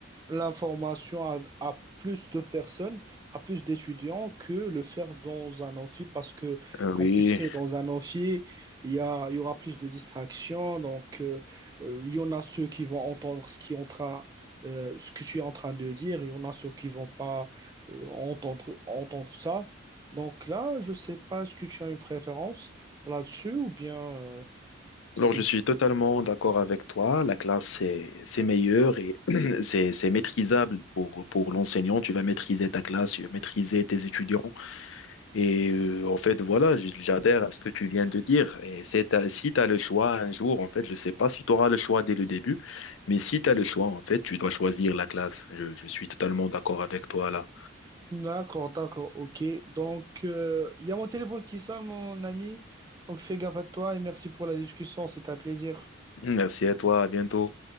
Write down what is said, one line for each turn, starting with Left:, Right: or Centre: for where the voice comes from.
Right: l'information à, à plus de personnes, à plus d'étudiants que le faire dans un amphi parce que,
Left: Euh,
Right: quand
Left: oui,
Right: tu sais, dans un amphi, il y a, il y aura plus de distractions. Donc, euh, euh, il y en a ceux qui vont entendre ce qui est en train, euh, ce que tu es en train de dire. Il y en a ceux qui vont pas euh, entendre, entendre ça. Donc là, je sais pas, est-ce que tu as une préférence là-dessus ou bien euh, c'est
Left: alors je suis totalement d'accord avec toi. La classe, c'est c'est meilleur et <clears throat> c'est c'est maîtrisable pour, pour l'enseignant. Tu vas maîtriser ta classe, tu vas maîtriser tes étudiants. Et euh, en fait, voilà, j- j'adhère à ce que tu viens de dire. Et c'est ta- si tu as le choix un jour, en fait, je ne sais pas si tu auras le choix dès le début, mais si tu as le choix, en fait, tu dois choisir la classe. Je, je suis totalement d'accord avec toi là.
Right: D'accord, d'accord, ok. Donc, euh, il y a mon téléphone qui sonne, mon ami. Donc, fais gaffe à toi et merci pour la discussion. C'était un plaisir.
Left: Merci à toi, à bientôt.